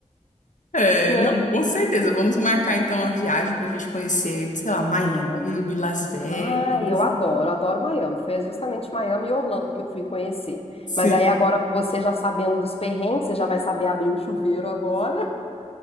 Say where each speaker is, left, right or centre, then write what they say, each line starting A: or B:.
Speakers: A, on the left; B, on the left.
A: É,
B: <laughs> né?
A: não, com certeza. Vamos marcar então a viagem para a gente conhecer, sei lá, Miami,
B: Vamos.
A: Las Vegas.
B: Ah, e eu adoro, adoro Miami. Foi justamente Miami e Orlando que eu fui conhecer.
A: Sim,
B: Mas aí agora com você já sabendo dos perrengues, você já vai saber abrir o chuveiro agora,